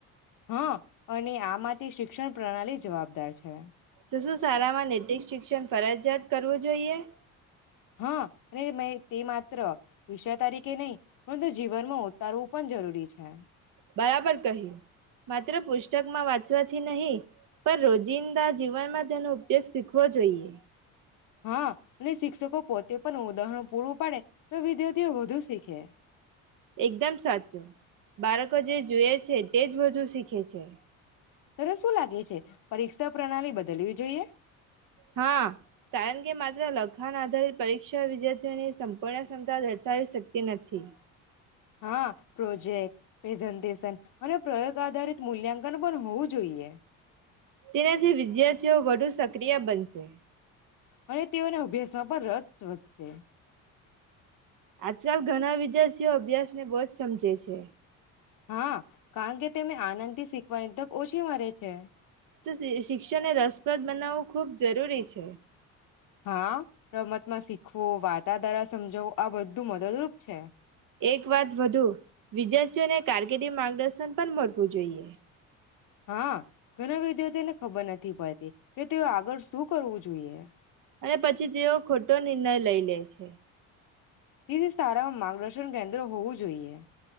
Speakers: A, on the left; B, on the right.
A: હા અને આમાંથી શિક્ષણ પ્રણાલી જવાબદાર છે.
B: તો શું, શાળા માં નૈતિક શિક્ષણ ફરજિયાત કરવું જોઈએ.
A: હા અને અ તે માત્ર વિશ્વ તરીકે નહીં, પરંતુ જીવનમાં ઉતારવું પણ જરૂરી છે.
B: બરાબર કહ્યું. માત્ર પુસ્તકમાં વાંચવાથી નહી, પર રોજિંદા જીવનમાં તેનો ઉપયોગ શીખવો જોઈએ.
A: હા અને શિક્ષકો પોતે પન ઉદાહરણ પૂરું પાડે. તો વિદ્યાર્થીઓ વધુ શીખે.
B: એકદમ સાચું બાળકો જે જુવે છે, તેજ બધુ શીખે છે.
A: ત્યારે શું લાગે છે પરીક્ષા પ્રણાલી બદલવી જોઈએ.
B: હા કારણ કે માત્ર લખાણ આધારિત પરીક્ષા વિદ્યાર્થીઓની સંપૂર્ણ ક્ષમતા દર્શાવી શકતી નથી.
A: હા પ્રેઝન્ટેશન અને પ્રયોગ આધારિત મૂલ્યાંકન પણ હોવું જોઈએ
B: તેનાથી વિદ્યાર્થીઓ વધુ સક્રિય બનશે.
A: અને તેઓને અભ્યાસમાં પણ ર વધશે.
B: આજકાલ ઘણા વિદ્યાર્થીઓ અભ્યાસને બહુજ સમજે છે
A: હા કારણ કે તેને આનંદથી શીખવાની તો ઓછી મલે છે.
B: તો શિક્ષણને રસપ્રદ બનાવવું ખૂબ જરૂરી છે.
A: હા રમત માં શીખ હો વાતા દાડા સમજો આ બધું મદદરૂપ છે.
B: એક વાત વધુ વિદ્યાર્થીઓને કારકિર્દી માર્ગદર્શન પણ મળવું જોઈએ.
A: હા, ઘણા વિદ્યાર્થીને ખબર નથી પડતી કે તે આગળ શું કરવું જોઈએ.
B: અને પછી તેઓ ખોટો નિર્ણય લઈ લે છે.
A: તેથી સારામાં માર્ગદર્શન કેન્દ્ર હોવું જોઈએ.